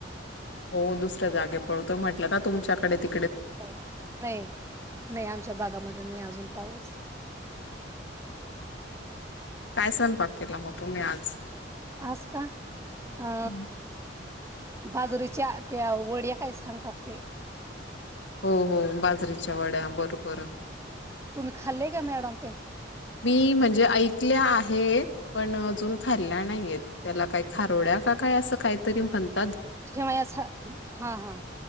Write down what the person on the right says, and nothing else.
नाही-नाही आमच्या बागामध्ये नाही अजून पाऊस.
आजका अ!
बाजरीच्या त्या वड्या काय सांगतात ते
तुम्ही खाल्ले का मॅडम ते,
शेवयाच हा! हा!